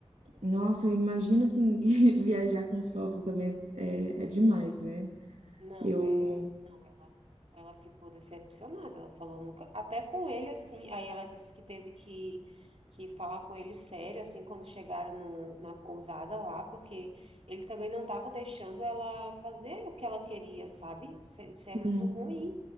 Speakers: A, on the right; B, on the right.
A: Nossa, eu imagino assim, <laughs> viajar com sogra também é, é demais, né?
B: Não,
A: Eu,
B: é, não, ela, ela ficou decepcionada. Ela falou nunca, até com ele assim. Aí ela disse que teve que, que falar com ele sério assim quando chegaram no, na pousada lá, porque ele também não estava deixando ela fazer o que ela queria, sabe? Isso, é isso
A: sim.
B: é muito ruim,